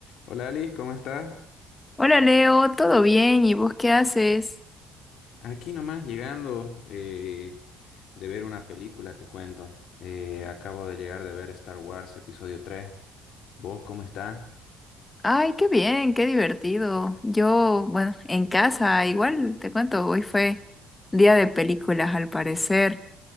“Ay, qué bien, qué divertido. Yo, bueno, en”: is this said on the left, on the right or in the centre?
Left